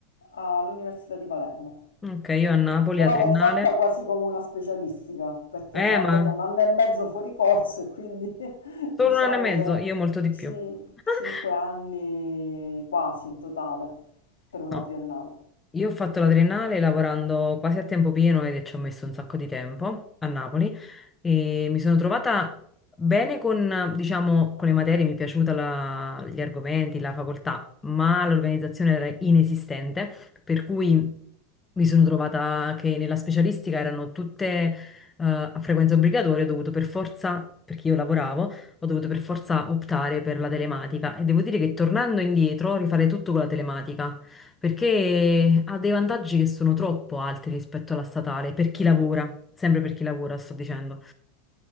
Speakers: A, on the left; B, on the left.
A: all'Università di Palermo.
B: Ok, io a Napoli,
A: Però
B: a Triennale.
A: l'ho fatta quasi come una specialistica, perché
B: Eh,
A: sono
B: ma
A: andata un anno e mezzo fuori corso e quindi <laughs>
B: solo
A: diciamo
B: un anno e mezzo,
A: che
B: io molto di
A: ci-
B: più. <laughs>
A: cinque anni quasi in totale per una
B: No.
A: triennale.
B: Io ho fatto la triennale lavorando quasi a tempo pieno ed ci ho messo un sacco di tempo a Napoli e mi sono trovata bene con, diciamo, con le materie, mi è piaciuta la- gli argomenti, la facoltà, ma l'organizzazione era inesistente, per cui mi sono trovata che nella specialistica erano tutte eh, a frequenza obbligatoria, ho dovuto per forza, perché io lavoravo, ho dovuto per forza optare per la telematica e devo dire che tornando indietro rifare tutto con la telematica perché ha dei vantaggi che sono troppo alti rispetto alla statale, per chi lavora, sempre per chi lavora, sto dicendo.